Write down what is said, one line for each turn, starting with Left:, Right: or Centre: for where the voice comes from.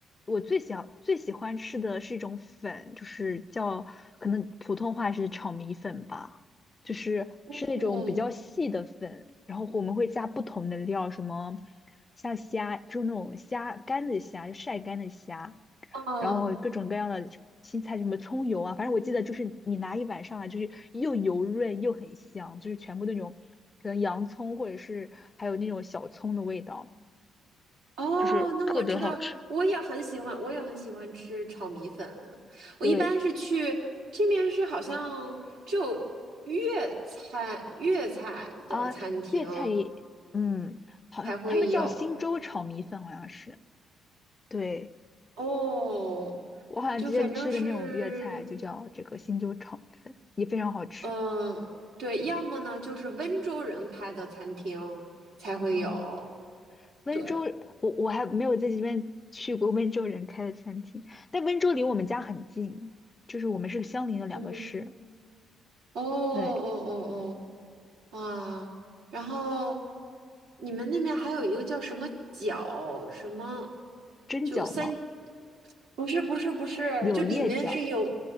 Left: 我最喜最喜欢吃的是一种粉，就是叫可能普通话是炒米粉吧，就是是那种比较细的粉，
Right: 哦，
Left: 然后我们会加不同的料，什么像虾，就那种虾干的虾，就晒干的虾。
Right: 哦，
Left: 然后各种各样的青菜，什么葱油啊，反正我记得就是你拿一碗上来，就是又油润又很香，就是全部那种可能洋葱或者是还有那种小葱的味道。
Right: 哦，
Left: 就是特别好吃。
Right: 那我知道，我也很喜欢，我也很喜欢吃炒米粉。我一般是去这边是好像只有粤菜粤菜的餐厅
Left: 对啊，粤菜也，嗯，好像他们叫新洲炒米粉，
Right: 才会有
Left: 好像是。对，
Right: 哦，
Left: 我好像之前吃的那种粤菜就叫这个新洲炒米粉，
Right: 就反正是
Left: 也非常好吃
Right: 嗯，对，要么呢就是温州人开的餐厅才会有。
Left: 啊。温州，
Right: 对，
Left: 我我还没有在这边去过温州人开的餐厅，但温州离我们家很近，就是我们是相邻的两个市。
Right: 嗯，哦哦哦
Left: 对，
Right: 哦，哇，然后你们那边还有一个叫什么饺什么，
Left: 蒸饺吗？
Right: 就三，不是不是不是，
Left: 柳叶饺，
Right: 就里面是有，